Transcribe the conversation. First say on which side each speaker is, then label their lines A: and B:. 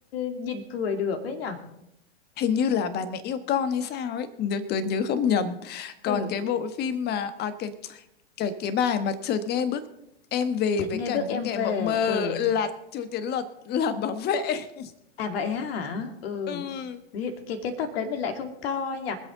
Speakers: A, on the left; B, on the left.
A: nhìn cười được ấy nhở
B: hình như là bà mẹ yêu con hay sao ấy, nếu tớ nhớ không nhầm. Còn
A: ừ
B: cái bộ phim mà à cái cái cái bài mà chợt nghe bước em về
A: chợt
B: với
A: nghe
B: cả
A: bước
B: những
A: em
B: ngày
A: về
B: mộng mơ
A: ừ
B: là Chu Tiến Luật là bảo vệ. <laughs>
A: À vậy á hả? Ừ.
B: Ừ,
A: Vì Cái cái tập đấy mình lại không coi nhỉ.